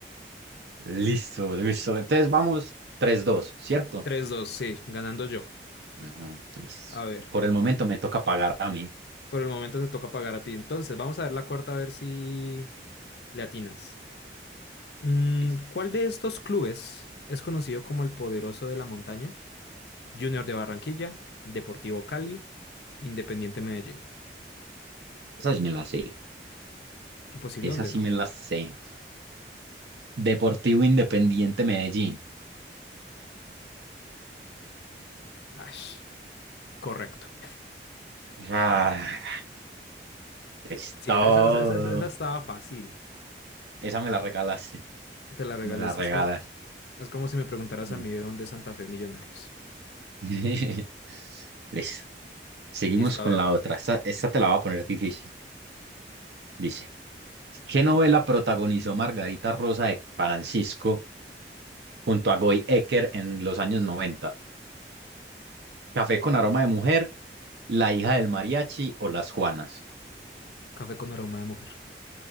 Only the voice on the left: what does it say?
Tres, dos, sí, ganando yo.
A ver,
por el momento te toca pagar a ti. Entonces, vamos a ver la cuarta a ver si le atinas. Mm,
¿cuál de estos clubes es conocido como el poderoso de la montaña? Junior de Barranquilla, Deportivo Cali, Independiente Medellín.
Imposible
donde
no.
Ash, correcto.
Sí,
esa, esa- esa- esa- esa estaba fácil.
Te la regalé.
eso
es como... Es como si me preguntaras
a mí de dónde es Santa Fe Millonarios.
Listo,
a ver.
Café con aroma de mujer.